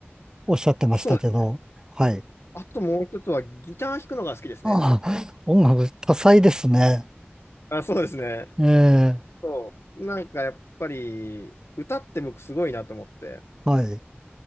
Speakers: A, on the right; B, on the left.
A: おっしゃってましたけど、
B: そうですね。
A: はい。
B: あともう一つはギター弾くのが好きですね。
A: ああ、音楽多彩ですね。
B: あ、そうですね。
A: ええ、
B: そう。なんかやっぱり、歌って僕すごいなと思って。
A: はい。う